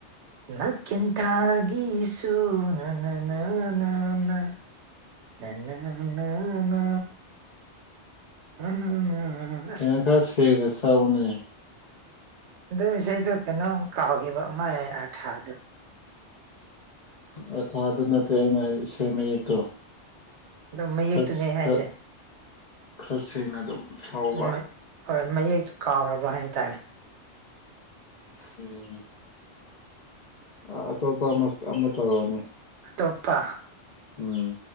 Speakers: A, on the right (about 75°); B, on the left (about 45°).
A: ꯅꯥꯀꯦꯟꯊꯥꯒꯤꯁꯨ ꯅꯥ ꯅꯥ ꯅꯥ ꯅꯥ ꯅꯥ ꯅꯥ ꯅꯥ ꯅꯥ ꯑꯥ ꯅꯥ
B: ꯀꯩꯅꯣ ꯈꯔ ꯁꯦꯡꯅ ꯁꯛꯎꯅꯦ ꯫
A: ꯑꯗꯨ ꯏꯁꯩꯗꯣ ꯀꯩꯅꯣꯝ ꯀꯥꯎꯈꯤꯕ ꯃꯥꯏ ꯑꯥꯔꯊꯥꯗꯣ꯫
B: ꯑꯔꯊꯥꯗꯣ ꯅꯠꯇꯦ ꯑꯩꯅ ꯍꯥꯏ ꯏꯁꯩ ꯃꯌꯦꯛꯇꯣ꯫
A: ꯑꯗꯣ ꯃꯌꯦꯛꯇꯨꯅꯦ
B: ꯈꯔ
A: ꯑꯩ ꯍꯥꯏꯁꯦ
B: ꯈꯔ ꯈꯔ ꯁꯦꯡꯅ ꯑꯗꯨꯝ ꯁꯛꯎꯕ
A: ꯃꯥ ꯍꯣꯏ ꯃꯌꯦꯛꯇꯨ ꯀꯥꯎꯔꯕ ꯍꯥꯏꯇꯥꯔꯦ꯫
B: ꯎꯝ ꯑꯥ ꯑꯇꯣꯞꯄ ꯑꯃ ꯑꯃ ꯇꯧꯔꯛꯑꯣꯅꯦ
A: ꯑꯇꯣꯞꯄ
B: ꯎꯝ